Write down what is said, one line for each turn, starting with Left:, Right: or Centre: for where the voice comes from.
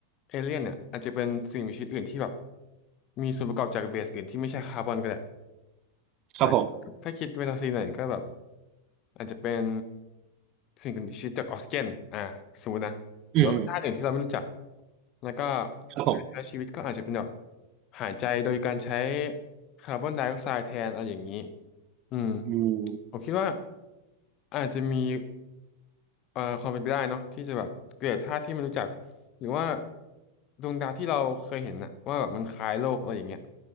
Left: เอเลี่ยนเนี่ยอาจจะเป็นสิ่งมีชีวิตอื่นที่แบบมีส่วนประกอบจากเบสอื่นที่ไม่ใช่คาร์บอนก็ได้
Right: ครับผม
Left: อ่าถ้าคิดเวลาซีหน่อยก็แบบ อาจจะเป็นสิ่งมีชีวิตจากออกซิเจนอ่าสมมตินะหรือว่าธาตุอื่นที่เราไม่รู้จัก
Right: อืมอืม
Left: แล้วก็
Right: ครับผม
Left: การใช้ชีวิตก็อาจจะเป็นแบบหายใจโดยการใช้คาร์บอนไดออกไซด์แทนอะไรอย่างนี้อืม
Right: อืม
Left: ผมคิดว่าอาจจะมีเอ่อความเป็นไปได้เนาะที่จะแบบเกิดธาตุที่ไม่รู้จักหรือว่าดวงดาวที่เราเคยเห็นนะว่าแบบมันคล้ายโลกอะไรอย่างเงี้ย